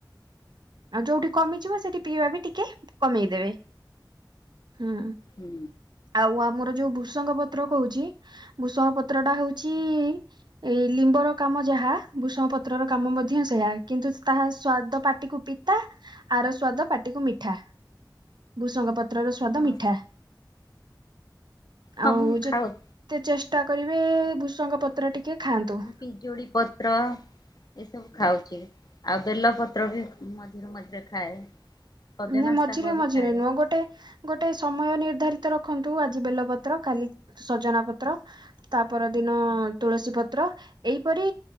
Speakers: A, on the right (about 65°); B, on the left (about 55°).
A: ଆଉ ଯୋଉଠି କମିଯିବ ସେଠି ପିଇବା ବି ଟି କେ କମେଇ ଦେବେ ହୁଁ
B: ହଁ
A: ଆଉ ଆମର ଯୋଉ ବୁ ଭୃସଙ୍ଗ ପତ୍ର କହୁଛି ଭୃସଙ୍ଗ ପତ୍ରଟା ହଉଛି ଏ ଲିମ୍ବର କାମ ଯାହା ଭୂସଙ୍ଗ ପତ୍ରର କାମ ମଧ୍ୟ ସେୟା କିନ୍ତୁ ତାହା ସ୍ଵାଦ ପାଟିକୁ ପି ତା ଆର ସ୍ଵାଦ ପାଟିକୁ ମିଠା ଭୁସଙ୍ଗ ପତ୍ରର ସ୍ଵାଦ
B: ହଁ।
A: ମିଠା।
B: ହଁ
A: ଆଉ
B: ମୁଁ
A: ଯେତେ
B: ଖାଉଛି
A: ଚେଷ୍ଟା କରିବେ ଭୂଷଙ୍ଗ ପତ୍ର ଟିକେ ଖାଆନ୍ତୁ।
B: ପିଜୁଳି ପତ୍ର। ଏସବୁ ଖାଉଛି ଆଉ ବେଲପତ୍ର ବି ମଝିରେ ମଝିରେ ଖାଏ। ସଜନା
A: ନା ମଝିରେ
B: ଶାଗ
A: ମଝିରେ
B: ବି ଖାଏ
A: ନୁହଁ ଗୋଟେ ଗୋଟେ ସମୟ ନିର୍ଦ୍ଧାରି ତ ରଖନ୍ତୁ ଆଜି ବେଲପତ୍ର କାଲି ସଜନା ପତ୍ର ତାପର ଦିନ ଅ ତୁଳସୀ ପତ୍ର। ଏପରି